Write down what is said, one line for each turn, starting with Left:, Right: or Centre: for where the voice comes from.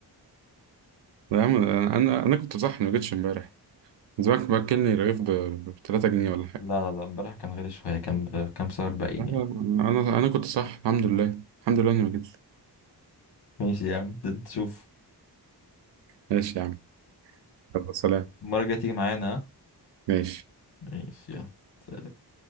Right: يا عم انا انا كنت صح ما جيتش امبارح زمانك باكلني رغيف ب ب 3 جنيه ولا حاجه
Left: لا لا لا امبارح كان غالي شويه كان بكام سعر 40
Right: لا، لا،
Left: يعني
Right: انا انا كنت صح الحمد لله الحمد لله اني ما جيتش
Left: ماشي يا عم ده انت شوف
Right: ماشي يا عم يلا سلام
Left: المره الجايه تيجي معانا ها؟
Right: ماشي
Left: ماشي يلا سلام.